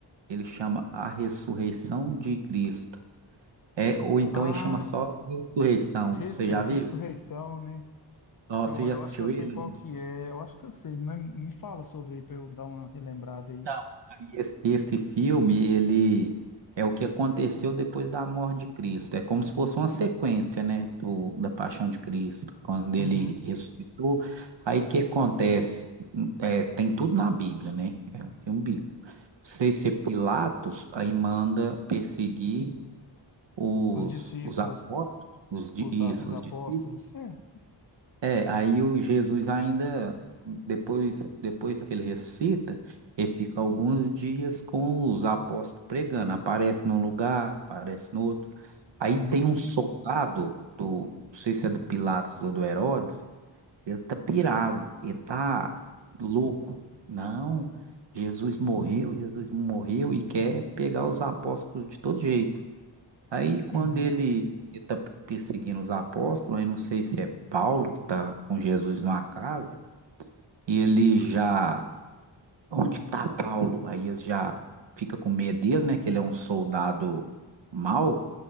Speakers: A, on the right; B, on the left.
A: Ele chama A Ressurreição de Cristo. É, ou então
B: Ah.
A: ele chama só Ressurreição.
B: Res-
A: Você
B: é,
A: já
B: Ressurreição,
A: viu?
B: né?
A: Ó,
B: Eu,
A: Você já
B: eu
A: assistiu
B: acho que eu sei
A: ele?
B: qual que é, eu acho que eu sei, mas me fala sobre aí para eu dar uma relembrada aí.
A: Então, aí esse, esse filme, ele é o que aconteceu depois da morte de Cristo. É como se fosse uma sequência, né, do, da Paixão de Cristo, quando ele
B: Uhum.
A: ressuscitou. Aí o que acontece? É, tem tudo na Bíblia, né? É um filme bíblico. Não sei se é Pilatos, aí manda perseguir os,
B: Os discípulos,
A: os apóstolos, os, di-
B: os,
A: isso,
B: a- os
A: os
B: apóstolos,
A: discípulos.
B: é.
A: É, aí o Jesus ainda, depois, depois que ele ressuscita, ele fica alguns dias com os apóstolos pregando. Aparece num lugar, aparece no outro. Aí
B: Uhum.
A: tem um soldado, do, não sei se é do Pilatos ou do Herodes, ele tá pirado, ele tá louco. Não, Jesus morreu, Jesus morreu e quer pegar os apóstolos de todo jeito. Aí quando
B: Uhum.
A: ele está perseguindo os apóstolos, aí não sei se é Paulo que está com Jesus numa casa, e ele já, onde está Paulo? Aí ele já fica com medo dele, né? Que ele é um soldado mau,